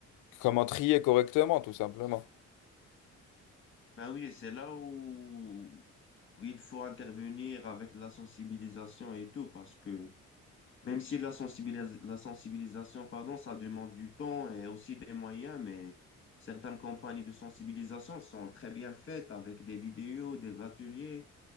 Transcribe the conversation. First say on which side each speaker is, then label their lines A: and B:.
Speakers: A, on the left; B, on the left.
A: comment trier correctement, tout simplement.
B: Ben oui, c'est là où, où il faut intervenir avec la sensibilisation et tout, parce que Même si la sensibilis- la sensibilisation, pardon, ça demande du temps et aussi des moyens, mais certaines campagnes de sensibilisation sont très bien faites avec des vidéos, des ateliers,